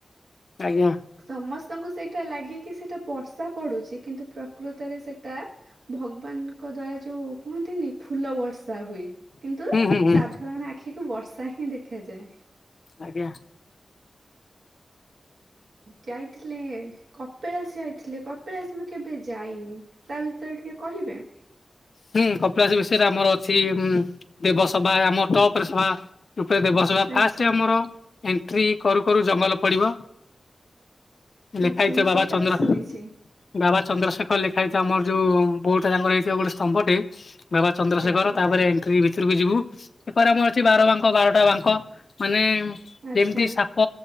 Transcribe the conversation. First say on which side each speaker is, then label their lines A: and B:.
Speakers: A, on the left; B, on the right.
A: ଆଜ୍ଞା।
B: ସମସ୍ତଙ୍କୁ ସେଇଟା ଲାଗେକି ସେଇଟା ବର୍ଷା ପଡୁଛି। କିନ୍ତୁ ପ୍ରକୃତରେ ସେଟା ଭଗବାନଙ୍କ ଦ୍ଵାରା ଯୋଉ କୁହନ୍ତିନି ଫୁଲ ବର୍ଷା। ବର୍ଷା ହୁଏ। କିନ୍ତୁ
A: ହୁଁ ହୁଁ ହୁଁ
B: ସାଧାରଣ ଆଖିକୁ ବର୍ଷା ହିଁ ଦେଖାଯାଏ।
A: ଆଜ୍ଞା।
B: ଯାଇଥିଲେ, କପିଳାସ ଯାଇଥିଲେ। କପିଳାସ ମୁଁ କେବେ ଯାଇନି ତା ଭିତରେ ଟିକେ କହିବେ।
A: ହୁଁ କପିଳାସ ବିଷୟରେ ଆମର ଅଛି। ହୁଁ ଦେବସଭା ଆମର ଟପ ରେ ସଭା। ଉପରେ ଦେବସବା ଫାଷ୍ଟ
B: ଆଚ୍ଛା
A: ଆମର ଏଣ୍ଟ୍ରି କରୁ କରୁ ଜଙ୍ଗଲ ପଡିବ। ଲେଖା
B: ଆଚ୍ଛା
A: ହେଇଥିବ
B: ମୁଁ
A: ବାବା
B: ସେଇଟା
A: ଚନ୍ଦ୍ର
B: ତ ଶୁଣିଛି
A: ବାବା ଚନ୍ଦ୍ରଶେଖର ଲେଖା ହେଇଥିବ। ଆମର ଯୋଉ ବୋଡଟା ତାଙ୍କର ହେଇଥିବ ଗୋଟେ ସ୍ତମ୍ଭଟେ। ବାବା ଚନ୍ଦ୍ରଶେଖର
B: ଆଜ୍ଞା
A: ତାପରେ ଏଣ୍ଟ୍ରି ଭିତ୍ ଭିତୁରୁକୁ ଯିବୁ ଏପରେ ଆମର ଅଛି ବାର ବାଙ୍କ ବାରଟା ବାଙ୍କ ମାନେ
B: ଆଚ୍ଛା।
A: ଯେମିତି ସାପ ପ